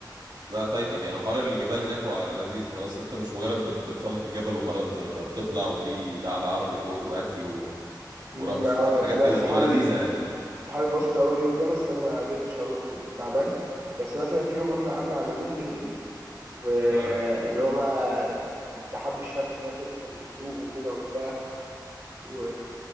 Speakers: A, on the right; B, on the right.
A: لا فايتك يعني حوار الجبال هناك هو لذيذ هو بس انت مش مجرد بتتسلق الجبل وخلاص ده انت بتطلع وفي قعدة عربي فوق واكل و...
B: ما
A: ورقص وش... حاجات
B: لا
A: كده
B: صحابي
A: بتبقى لذيذة يعني
B: صحابي اتبسطوا قوي اليوم ده بس انا ما قدرتش اروح كنت تعبان بس مثلا في يوم رحنا قعدنا على اللاجون بالليل واللي
A: اه
B: هو بقى لحد الشمس بقى شفنا الشروق وكده وبتاع و